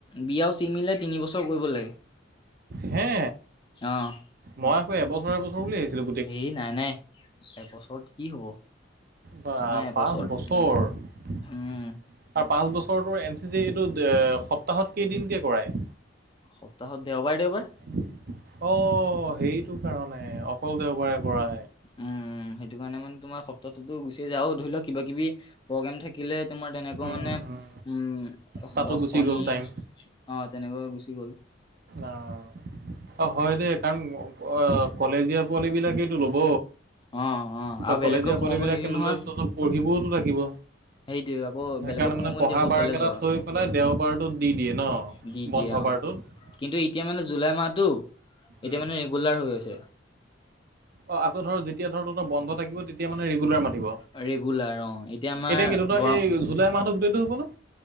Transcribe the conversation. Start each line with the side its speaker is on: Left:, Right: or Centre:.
Left: বি আৰু চি মিলাই তিনিবছৰ কৰিব লাগে
Right: হে
Left: অ'।
Right: মই আকৌ এবছৰ এবছৰ বুলি ভাবিছিলো।
Left: হে নাই নাই এবছৰত কি হ'ব।
Right: বা
Left: তোমাৰ এবছৰত
Right: পাঁচ বছৰ, পাঁচ
Left: উম
Right: বছৰ বছৰ তোৰ এন চি চি এইটো সপ্তাহত কেইদিন কে কৰাই?
Left: সপ্তাহত দেওবাৰে দেওবাৰে।
Right: অ', সেইটো কাৰণে অকল দেওবাৰে কৰা।
Left: উম। উম, সেইটো কাৰণে মানে তোমাৰ সপ্তাহতোটো গুচিয়ে যায় আৰু ধৰি লওঁ কিবা কিবি প্ৰগ্ৰেম থাকিলে তোমাৰ তেনে কুৱা
Right: উম,
Left: মানে
Right: উম।
Left: উম
Right: তাতো গুচি
Left: শনি
Right: গ'ল টাইম
Left: অ' তেনেকৈ গুচি গ'ল।
Right: অ'। অ', হয় দেই কাৰণ কলেজীয়া পোৱালি বিলাকেইটো ল'ব।
Left: অ অ
Right: ত'
Left: আৰু বেলেগকৈ
Right: কলেজীয়া
Left: সোমাব
Right: পোৱালিবিলাকে
Left: নিদিয়ে
Right: ল'লেতো
Left: নহয়
Right: পঢ়িবওতো লাগিব।
Left: সেইটোৱে আকৌ
Right: সেইকাৰণে
Left: বেলেগকৈ সোমাব
Right: মানে
Left: নিদিয়ে
Right: পঢ়া
Left: অকল
Right: বাৰ
Left: কলেজৰ
Right: কেইটাত থৈ পেলাই দেওবাৰটো দি দিয়ে ন?
Left: আৰু দি দিয়ে
Right: বন্ধ
Left: অ
Right: বাৰটোত।
Left: কিন্তু এতিয়া মানে জুলাই মাহতটো এতিয়া
Right: উম।
Left: মানে ৰেগুলাৰ হৈ আছে।
Right: অ', আকৌ ধৰ যেতিয়া ধ তৌৰ বন্ধ থাকিব তেতিয়া মানে ৰেগুলাৰ মাতিব?
Left: ৰেগুলাৰ অ আমাৰ
Right: এতিয়া কি তো
Left: গৰম
Right: এই জুলাই মাহতৰ গোটেইটো হ'ব নে?